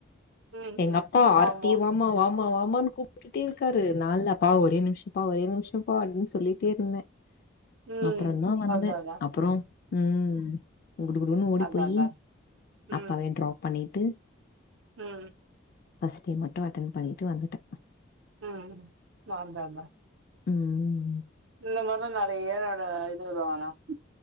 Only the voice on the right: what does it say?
ம்
ம்
ஆமா
ம்
அதா அதா
அதா
அதா ம்
ம்
ம் நாந்தா <unintelligible>
இந்த மாரில நெறைய நட இது <unintelligible>